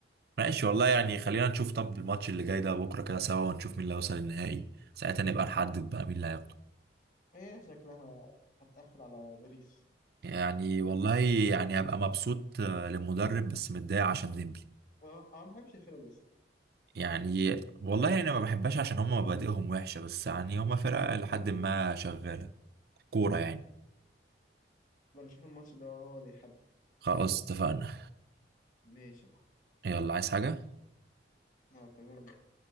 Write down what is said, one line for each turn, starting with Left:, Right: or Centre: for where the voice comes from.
Right: ماشي والله يعني خلينا نشوف طب الماتش اللي جاي ده بكره كده سوا ونشوف مين اللي هيوصل النهائي ساعتها نبقى نحدد بقى مين اللي هياخده
Left: هي شكلها هتقفل على باريس
Right: يعني والله يعني هبقى مبسوط آه، للمدرب بس متضايق عشان ديمبلي
Left: آه، انا ما بحبش الفرقه دي اصلا
Right: يعني والله انا ما بحبهاش عشان هم مبادئهم وحشه بس يعني هم فرقه لحد ما شغاله كوره يعني
Left: بنشوف الماتش ده هو اللي يحدد
Right: خلاص اتفقنا
Left: ماشي
Right: يلا عايز حاجه
Left: آه، تمام